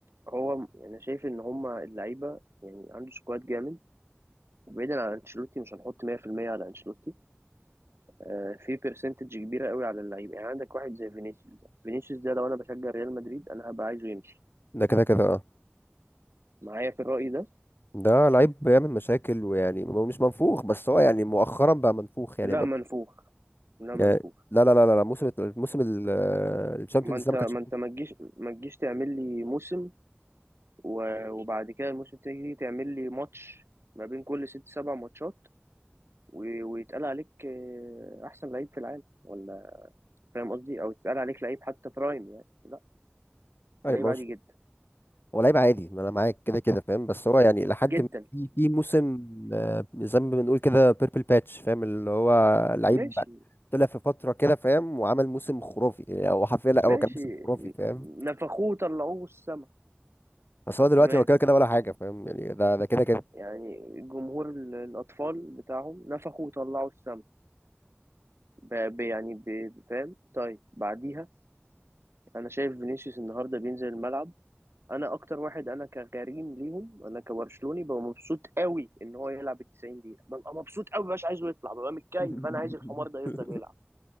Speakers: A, on the right; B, on the left.
A: هو انا شايف ان هما اللعيبة يعني عنده سكواد جامد وبعيدا عن انشيلوتي مش هنحط 100% على انشيلوتي آه، في برسنتج كبيره قوي على اللعيبه يعني عندك واحد زي فينيسيوس ده فينيسيوس ده لو انا بشجع ريال مدريد انا هبقى عايزه يمشي
B: ده كده كده اه
A: معايا في الراي ده
B: ده لعيب بيعمل مشاكل ويعني هو مش منفوخ بس هو يعني مؤخرا بقى منفوخ يعني
A: لا
B: بقى
A: منفوخ لا
B: يعني
A: منفوخ
B: لا لا لا لا لا موسم موسم الشامبيونز
A: ما انت
B: ده ما
A: ما
B: كانش
A: انت ما تجيش ما تجيش تعمل لي موسم و- وبعد كده الموسم تيجي تعمل لي ماتش ما بين كل ست سبع ماتشات و- ويتقال عليك آه، احسن لعيب في العالم ولا فاهم قصدي او يتقال عليك لعيب حتى برايم يعني لا انت
B: اي
A: لعيب
B: ما
A: عادي
B: مش
A: جدا
B: هو لعيب عادي ما انا معاك كده كده فاهم بس هو يعني لحد
A: جدا
B: ما في في موسم آه، زي ما بنقول كده بيربل باتش فاهم اللي هو لعيب
A: ماشي
B: طلع في فترة كده فاهم وعمل موسم خرافي يعني هو حرفيا لا
A: ماشي
B: هو كان موسم خرافي فاهم
A: نفخوه طلعوه السما
B: بس هو دلوقتي
A: تمام
B: هو كده كده ولا حاجه فاهم يعني ده ده كده كده
A: يعني جمهور ال- الأطفال بتاعهم نفخوا وطلعوا السما ب- ب- يعني ب- فاهم طيب بعديها أنا شايف فينيسيوس النهاردة بينزل الملعب أنا أكتر واحد أنا كغريم ليهم أنا كبرشلوني ببقى مبسوط قوي إن هو يلعب ال 90 دقيقة ببقى مبسوط قوي مش عايزه يطلع ببقى متكيف
B: <laughs>
A: أنا عايز الحمار ده يفضل يلعب